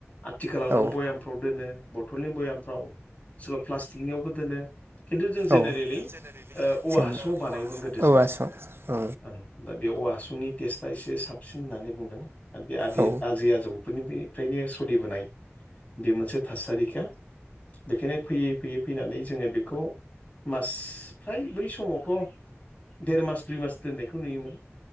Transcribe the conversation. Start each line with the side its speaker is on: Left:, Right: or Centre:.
Left: आथिखालाव
Right: औ
Left: बयाम फ्राव दोनो बथलनि बयामफ्राव सोरबा प्लास्टिकनियावबो दोनो खिन्थु जों जेनेरेलि
Right: औ औ
Left: औवा
Right: जेन
Left: हासुङाव बानायोमोन गोदो
Right: औवा
Left: जोङो
Right: सं औ
Left: ओं दा बेयाव औवा हासुंनि टेस्टआ एसे साबसिन होननानै बुंदों आरो बे आदि
Right: औ
Left: आजै आजौ फोरनिफ्रायनो सोलिबोनाय बे मोनसे थासारिखा बेखायनो फैयै फैयै फैनानै जोङो बेखौ मास फ्राय बै समावथ' देर मास दुइ मास दोननायखौ नुयोमोन